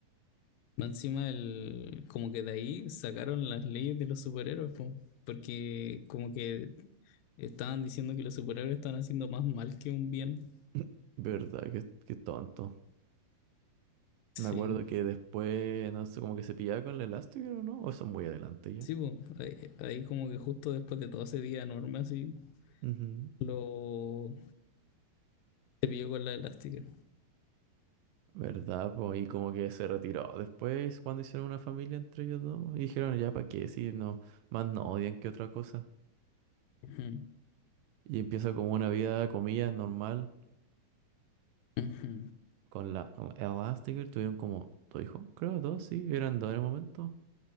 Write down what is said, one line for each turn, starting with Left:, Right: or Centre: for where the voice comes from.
Left: Más Encima, el, como que de ahí sacaron las leyes de los superhéroes, po, porque como que estaban diciendo que los superhéroes estaban haciendo más mal que un bien.
Right: <clears throat> Verdad, qué, qué tonto.
Left: Sí,
Right: Me acuerdo que después, no sé, como que se pillaba con el Elastigirl o no, o eso es muy adelante ya.
Left: sí, po. Ahí, ahí como que justo después de todo ese día enorme así,
Right: Ujú.
Left: lo se pilló con la elástica.
Right: ¿Verdad? po y como que se retiró después cuando hicieron una familia entre ellos dos. Y dijeron, ya, ¿para qué? Si no, más no odian que otra cosa.
Left: Ujú,
Right: Y empieza como una vida, comillas, normal
Left: ujú,
Right: con la, con la Elastigirl. Tuvieron como dos hijos, creo, dos, sí, eran dos en el momento.